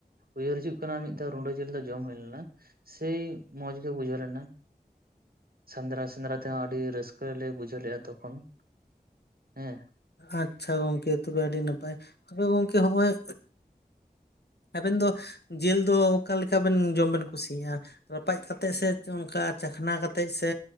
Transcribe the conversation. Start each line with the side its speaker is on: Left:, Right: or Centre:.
Right: ᱩᱭᱦᱟᱹᱨ ᱦᱤᱡᱩᱜ ᱠᱟᱱᱟ ᱢᱤᱫ ᱫᱷᱟᱣ ᱨᱩᱰᱟᱹ ᱡᱤᱞ ᱫᱚ ᱡᱚᱢ ᱦᱩᱭ ᱞᱮᱱᱟ ᱥᱮᱭ ᱢᱚᱸᱡ ᱜᱮ ᱵᱩᱡᱷᱟᱹᱣ ᱞᱮᱱᱟ ᱥᱮᱸᱫᱽᱨᱟ ᱥᱮᱸᱫᱽᱨᱟ ᱛᱮᱦᱚᱸ ᱟᱹᱰᱤ ᱨᱟᱹᱥᱠᱟᱹ ᱞᱮ ᱵᱩᱡᱷᱟᱹᱣ ᱞᱮᱫᱼᱟ ᱛᱚᱠᱷᱚᱱ ᱦᱮᱸ
Left: ᱟᱪᱷᱟ ᱜᱚᱝᱠᱮ ᱛᱚᱵᱮ ᱟᱹᱰᱤ ᱱᱟᱯᱟᱭ ᱛᱚᱵᱮ ᱜᱚᱝᱠᱮ ᱦᱚᱜᱼᱚᱭ ᱟᱵᱮᱱ ᱫᱚ ᱡᱤᱞ ᱫᱚ ᱚᱠᱟᱮᱠᱟ ᱵᱮᱱ ᱡᱚᱢ ᱵᱮᱱ ᱠᱩᱥᱤᱭᱟᱜᱼᱟ ᱨᱟᱯᱟᱜ ᱠᱟ ᱠᱟᱛᱮᱜ ᱥᱮ ᱚᱱᱠᱟ ᱪᱟᱠᱷᱱᱟ ᱠᱟᱛᱮᱜ ᱥᱮ